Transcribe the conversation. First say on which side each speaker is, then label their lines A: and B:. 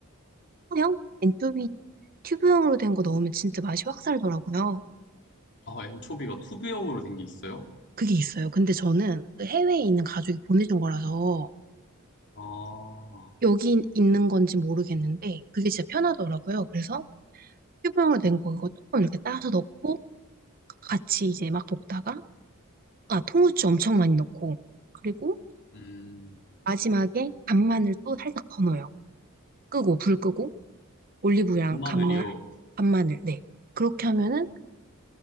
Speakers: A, on the right; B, on the left.
A: 소형? 엔초비 튜브형으로 된 거 넣으면 진짜 맛이 확 살더라고요.
B: 아, 엔초비가 투브형으로 된 게 있어요?
A: 그게 있어요. 근데 저는 그 해외에 있는 가족이 보내준 거라서
B: 아,
A: 여기 있는 건지 모르겠는데 그게 진짜 편하더라고요. 그래서 튜브형으로 된 거 그거 조금 이렇게 따서 넣고 같이 이제 막 볶다가 아 통후추 엄청 많이 넣고 그리고
B: 음,
A: 마지막에 간마늘 또 살짝 더 넣어요. 끄고, 불 끄고, 올리브유랑
B: 간마늘이요.
A: 간마, 늘 간마늘, 네. 그렇게 하면은